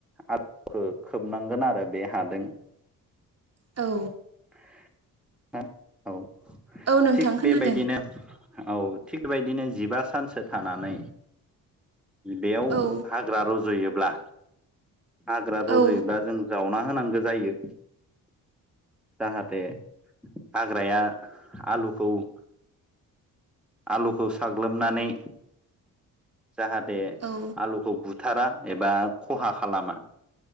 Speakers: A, in the centre; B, on the right.
A: आ <inaudible> खौ खोबनांगोन आरो बे हादों
B: औ
A: <unintelligible> औ
B: औ नोंथां
A: थिग
B: खोनादों
A: बेबायदिनो औ थिग बदिनो जिबा सानसो थानानै बेयाव
B: औ
A: हाग्रा रज'योब्ला हाग्रा रज'योब्ला
B: औ
A: जों जावना होनांगौ जायो। जाहाथे हाग्राया आलुखौ <inaudible> आलुखौ साग्लोबनानै जाहाथे
B: औ
A: आलुखौ बुथारा एबा खहा खालामा